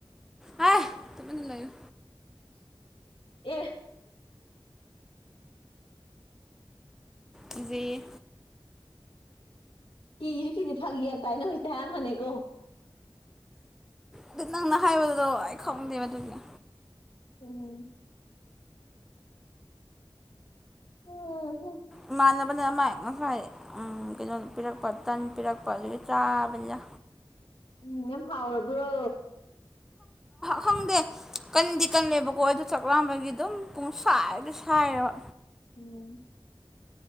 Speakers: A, in the centre; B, on the left.
A: ꯍꯥꯏ ꯇꯨꯃꯤꯟꯅ ꯂꯩꯌꯨ
B: <inaudible> ꯑꯦ
A: ꯀꯤꯖꯩꯌꯦ
B: ꯀꯤꯁꯨ ꯀꯤꯗꯤꯦ ꯐꯥꯒꯤ ꯌꯥꯝ ꯇꯥꯏꯅ ꯍꯧꯖꯤꯛꯇ ꯍꯥꯏꯔꯃꯅꯤꯀꯣ
A: ꯑꯗꯨ ꯅꯪꯅ ꯍꯥꯏꯕꯗꯨꯗꯣ ꯑꯩ ꯈꯪꯗꯦꯕ ꯑꯗꯨꯅꯦ
B: ꯎꯝ ꯎꯝꯝ
A: ꯏꯃꯥꯟꯅꯕꯅ ꯑꯃꯥꯏ ꯉꯁꯥꯏ ꯎ ꯀꯩꯅꯣ ꯄꯤꯔꯛꯄ ꯇꯟ ꯄꯤꯔꯛꯄ ꯑꯗꯒꯤ ꯆꯥꯕꯅ
B: ꯎꯝ ꯌꯥꯝ ꯍꯥꯎꯔꯕ꯭ꯔꯣ
A: ꯈꯪꯗꯦ ꯀꯟꯗꯤ ꯀꯜꯂꯦꯕꯀꯣ ꯑꯗꯨꯗ ꯆꯥꯛꯂꯥꯝꯕꯒꯤ ꯑꯗꯨꯝ ꯄꯨꯡ ꯁꯥꯏꯗ ꯁꯥꯏꯔꯦꯕ
B: ꯎꯝ